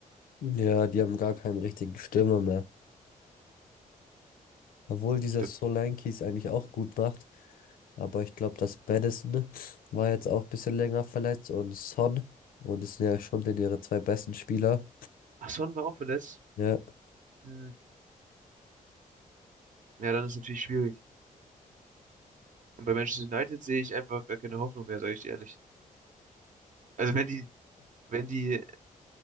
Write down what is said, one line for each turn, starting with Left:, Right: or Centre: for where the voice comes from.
Left: Ja, die haben gar keinen richtigen Stürmer mehr. Obwohl dieser
Right: Ich glaube,
Left: Solanke es eigentlich auch gut macht. Aber ich glaube, das Maddison war jetzt auch ein bisschen länger verletzt und Son. Und es sind ja schon denn ihre zwei besten Spieler.
Right: ach, Son war auch verletzt.
Left: Ja.
Right: Hm. Ja, dann ist natürlich schwierig. Und bei Manchester United sehe ich einfach gar keine Hoffnung mehr, sage ich dir ehrlich. Also wenn die, wenn die,